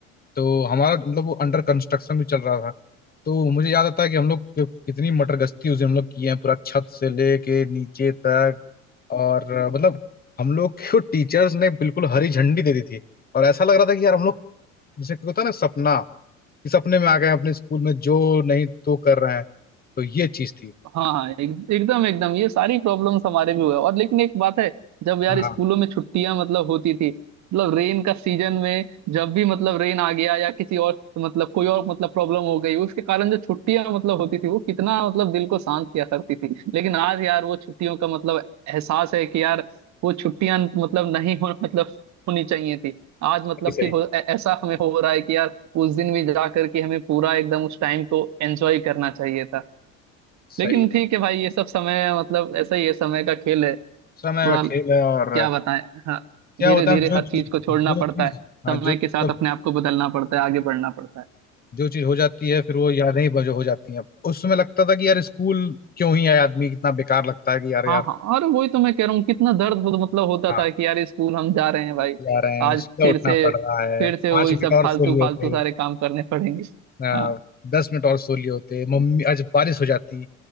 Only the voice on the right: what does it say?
हाँ हाँ एक, एकदम एकदम ये सारी प्रॉब्लम्स हमारे भी हुआ और लेकिन एक बात है जब यार
स्कूलों में छुट्टियां मतलब होती थी मतलब रेन का सीजन में जब भी मतलब रेन आ गया या किसी और मतलब कोई और मतलब प्रॉब्लम हो गई उसके कारण जो छुट्टियां मतलब होती थी वो कितना मतलब दिल को शांत किया करती थी लेकिन आज यार वो छुट्टियों का मतलब एहसास है कि यार वो छुट्टियां मतलब नहीं हो मतलब होनी चाहिए थी आज
मतलब
फील हो ऐ- ऐसा हमें हो रहा है कि यार उस दिन भी जा करके हमें पूरा एकदम उस टाइम को एंजॉय करना चाहिए था
लेकिन
ठीक है भाई ये सब समय मतलब ऐसा ही है समय का खेल है थोड़ा
क्या बताएं हाँ
धीरे
धीरे
हर
चीज को छोड़ना
पड़ता
है
समय
के साथ
अपने आप को बदलना पड़ता है आगे बढ़ना पड़ता है
हाँ
हाँ और वही तो मैं कह रहा हूँ कितना दर्द हो, मतलब होता
था कि यार स्कूल हम जा रहे हैं भाई
आज
फिर
से
फिर से
वही
सब
फालतू
फालतू
सारे काम करने पड़ेंगे
हाँ